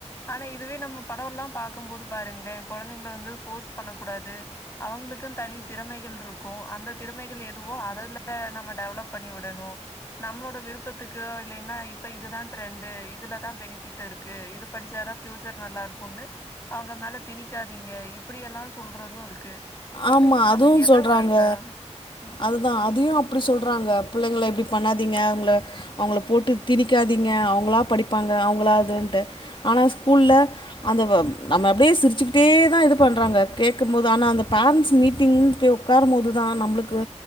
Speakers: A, on the left; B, on the left.
A: ஆனா இதுவே நம்ம படம் எல்லாம் பாக் போது பாருங்களேன் குழந்தைங்க வந்து ஃபோர்ஸ் பண்ணக்க கூடாது உம் அவுங்களுக்கும் தனி திறமைகள் இருக்கும் அந்த திறமைகள் எதுவோ அததுல நம்ம டெவலப் பண்ணி விடணும் நம்மளோட விருப்பத்துக்கோ இல்ல என்ன இப்ப இதுதான் ட்ரெண்டு் இதுலதான் பெனிபிட் இருக்கு இது படிச்சாதான் ப்ஃயூச்சர் நல்லா இருக்கும்னு அவங்க மேல திணிக்காதீங்க இப்படி எல்லாம் சொல்றதும் இருக்கு குழந்தைங்களுக்கு
B: ஆமா அதுவும்
A: நம்ம எத
B: சொல்றாங்க
A: வளர்த்தா? ம்.
B: அதுதான் அதையும் அப்படி சொல்றாங்க புள்ளைங்கள இப்படி பண்ணாதீங்க அவங்கள அவங்கள போட்டு திணிக்காதீங்க அவங்களா படிப்பாங்க அவங்களா இதுன்டு ஆனால் ஸ்கூல்ல அந்த நம்ம அப்படியே சிரிச்சுக்கிட்டே தான் இது பண்ணுறாங்க கேட்கும் போது ஆனால் அந்த பேரண்ட்ஸ் மீட்டிங் போய் உட்காரும் போதுதான் நம்ளுக்கு